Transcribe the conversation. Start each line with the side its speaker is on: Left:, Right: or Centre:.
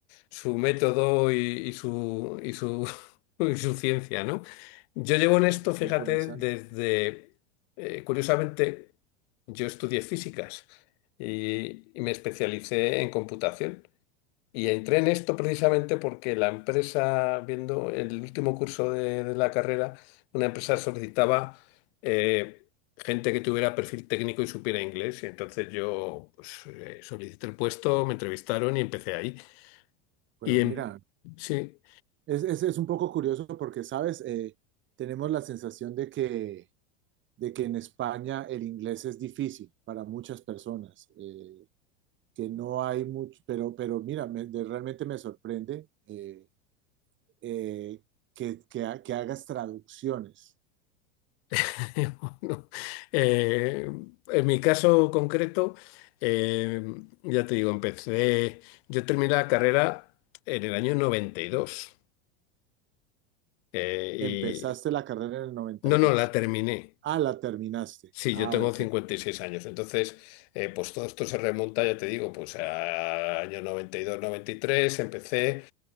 Left: su método y, y su, y su, <laughs> y su ciencia, ¿no? Yo llevo en esto,
Right: oh,
Left: fíjate,
Right: qué interesante.
Left: desde, eh, curiosamente, yo estudié físicas y, y me especialicé en computación. Y entré en esto precisamente porque la empresa, viendo el último curso de, de la carrera, una empresa solicitaba eh, gente que tuviera perfil técnico y supiera inglés. Y entonces yo pues, eh, solicité el puesto, me entrevistaron y empecé ahí.
Right: Pero
Left: Y en,
Right: mira,
Left: sí,
Right: es, es, es un poco curioso porque, ¿sabes? Eh, tenemos la sensación de que de que en España el inglés es difícil para muchas personas, eh, que no hay mucho, pero, pero mira, me, de, realmente me sorprende eh, eh, que, que, ha- que hagas traducciones.
Left: <laughs> bueno, eh, en mi caso concreto, eh, ya te digo, empecé, yo terminé la carrera en el año 92. eh,
Right: Empezaste
Left: y,
Right: la carrera en el noventa
Left: no,
Right: y
Left: no,
Right: dos,
Left: la terminé.
Right: Ah, la terminaste.
Left: Sí,
Right: Ah,
Left: yo tengo
Right: ok.
Left: cincuenta y seis años, entonces, eh, pues todo esto se remonta, ya te digo, pues a año noventa noventa y dos, y tres. empecé